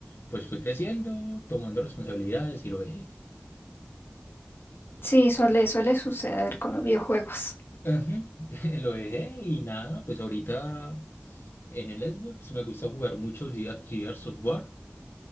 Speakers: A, on the left (about 85°); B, on the left (about 70°).
A: pues fui creciendo, tomando responsabilidades y lo dejé.
B: Sí, suele, suele suceder con los videojuegos.
A: Ajá, <laughs> Lo dejé y nada, pues ahorita en el Xbox me gusta jugar mucho Gear- Gears of war